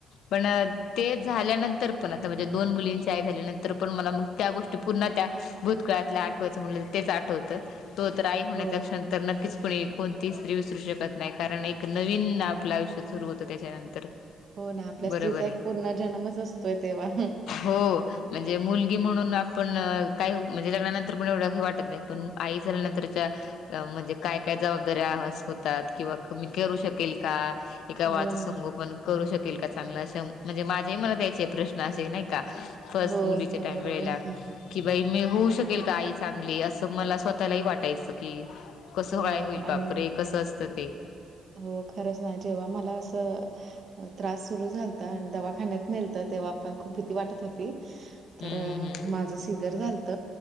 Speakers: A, on the left; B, on the right.
A: पण अ, ते झाल्यानंतर. पण आता. माझ्या दोन मुलींची आई झाल्यानंतर पण. मला मग त्या. गोष्टी पुन्हा त्या भूतकाळातल्या आठवचं म्हणलं म. तेच आठवतं. तो तर, आई होण्याचा
B: हो
A: क्षण तर, नक्कीच कोणी कोणती स्त्री विसरू शकत नाही. कारण एक नवीन आपलं आयुष्यत सुरू होतं. त्याच्यानंतर.
B: हो ना. आपल्या
A: बरोबर
B: स्त्रीचा एक
A: आहे.
B: पूर्ण जन्मच. असतोय तेव्हा.
A: हो. म्हणजे मुलगी म्हणून आपण काही. म्हणजे लग्नानंतर पण एवढं वाटत नाही. पण आई झाल्या नतंर च्या, म्हणजे काय काय जबाबदारी्या होतात. किंवा क मी करू शकेल का? एका
B: हो
A: बाळाचं
B: ना
A: संगोपन करू शकेल का चांगलं? असं म्हणजे माझ्याही मणात यायचे प्रश्न असे. नाही का? फर्स्ट
B: हो
A: मुलीच्या
B: एकदम
A: त्या
B: बरोबर
A: वेळेला. कि बाई मी होऊ शकेल का आई चांगली. असं मला स्वतःलाही वाटायचं. की, कसं
B: हो
A: काय होईल. बापरे
B: आणि
A: कसं असतं ते.
B: हो. खरंच ना. जेव्हा मला असं त्रास सुरू झालत. आणि दवाखान्यात नेलत. तेव्हा पण खूप भीती वाटत होती. तर,
A: हम्म हम्म
B: माझं सिझर झालत.